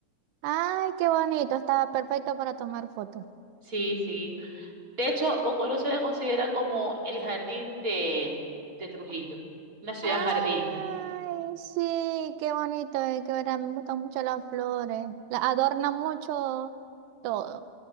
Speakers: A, on the right; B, on the right.
A: Ay, qué bonito, estaba perfecto para tomar fotos.
B: Sí, sí. De hecho, Bocono se le considera como el jardín de, de Trujillo, una ciudad
A: Ay,
B: jardín.
A: sí, qué bonito, eh, que verdad, me gustan mucho las flores. Las adorna mucho todo.